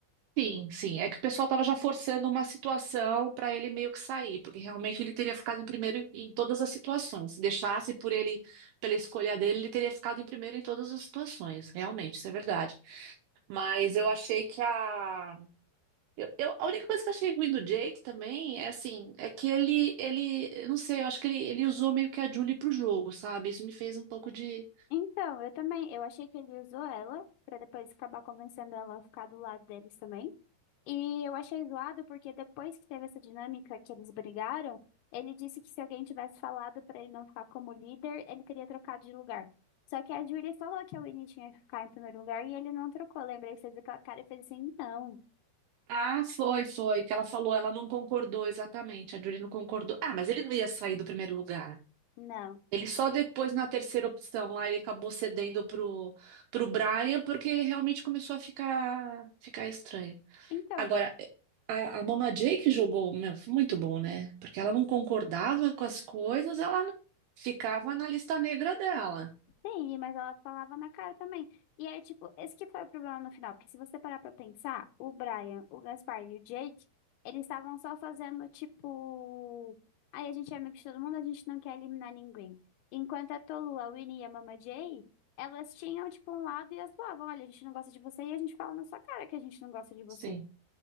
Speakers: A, on the right; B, on the left.
A: sim, sim. É que o pessoal tava já forçando uma situação para ele meio que sair, porque realmente ele teria ficado em primeiro em, em todas as situações. Se deixasse por ele, pela escolha dele, ele teria ficado em primeiro em todas as situações. Realmente, isso é verdade. Mas eu achei que a Eu, eu- a única coisa que eu achei ruim do Jake também é assim, é que ele, ele, eu não sei, eu acho que ele, ele usou meio que a Julie pro jogo, sabe? Isso me fez um pouco de.
B: Então, eu também, eu achei que ele usou ela pra depois acabar convencendo ela a ficar do lado deles também. E eu achei zoado porque depois que teve essa dinâmica que eles brigaram, ele disse que se alguém tivesse falado pra ele não ficar como líder, ele teria trocado de lugar. Só que a Julie falou que a Winnie tinha que ficar em primeiro lugar e ele não trocou. Lembra? Ele fez aquela cara e fez assim: não,
A: Ah, foi, foi, que ela falou, ela não concordou exatamente, a Julie não concordou. Ah, mas ele não ia sair do primeiro lugar.
B: não.
A: Ele só depois, na terceira opção, lá ele acabou cedendo pro, pro Brian, porque realmente começou a ficar, ficar estranho.
B: Então.
A: Agora, a, a Mama Jay que jogou, meu, foi muito bom, né? Porque ela não concordava com as coisas, ela ficava na lista negra dela.
B: Sim, mas ela falava na cara também. E aí, tipo, esse que foi o problema no final. Porque se você parar pra pensar, o Brian, o Gaspar e o Jake, eles estavam só fazendo, tipo. Aí a gente é amigo de todo mundo, a gente não quer eliminar ninguém. Enquanto a Tolu, a Winnie e a Mama Jay, elas tinham, tipo, um lado e elas falavam: olha, a gente não gosta de você e a gente fala na sua cara que a gente não gosta de você.
A: Sim,